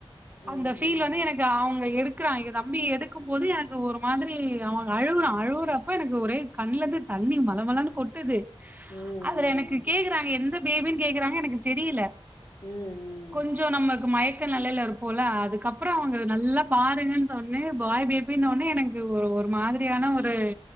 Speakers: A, on the left; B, on the right.
A: ம்
B: அந்த ஃபீல் வந்து எனக்கு அவுங்க எடுத் க்கிறா எயா தம்பி எடுக்கு போது எனக்கு ஒரு மாதிரி அவே அழுவுறா அழுவுறப்ப எனக்கு ஒரே கண்லருந்து தண்ணி மல மலன்னு கொட்டுது
A: ம் ம்
B: அதல எனக் கேக்குறாங்க எந்த பேபின்னு கேக்குறாங்க எனக்கு தெரியில
A: ம் ம் ம் ம்
B: கொஞ்சோ நமக்கு மயக் க்க நெலையில இருப்போல அதுக்கப்ரோ அவுங்க நல்லா பாருங்கன்னு சொன்னே பாய் பேபின்ன ஒன்னே எனக்கு ஒரு ஒரு மாதிரியான ஒரு